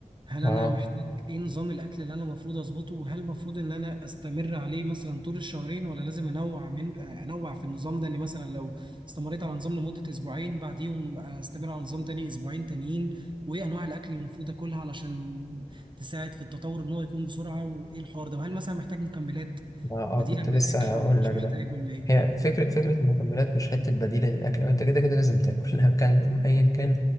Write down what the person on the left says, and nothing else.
اه
اه
آه، كنت
لسه
هقول
لك
ده
هي فكرة فكرة المكملات مش حتة بديلة للأكل أو أنت كده كده لازم تاكل <laughs> أيا كان أيا كان